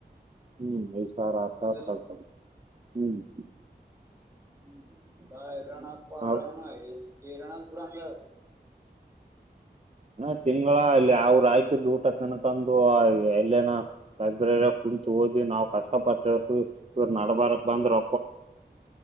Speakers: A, on the right; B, on the right.
A: ಹ್ಮ್ ಅ ಸರ <unintelligible>
B: ಹೌದಿಲ್ಲ
A: ಹ್ಮ್ ಹ್ಮ
B: ಹ್ಮ್ ಬ ಐರಣಪ ಐರಣ
A: ಅವ
B: <unintelligible> ಕೇರನಾದ ಬುಡ ಅಂಗೆ.
A: ಅ ತಿಂಗಳ ಇಲ್ಲಿ ಅವ್ರರು ಆಕಿದ್ದ ಊಟ ತಿನಕಂದು ಎಲ್ಲೇನ ಲೈಬ್ರರಿಯಾಗ ಕುಂತು ಓದಿ ನಾವ್ ಕಷ್ಟ ಪಟ್ಟ ಓದ್ತೀವಿ ಇವರು ನಡಬಾರಕ್ ಬಂದ್ರೊ
B: <unintelligible> <unintelligible>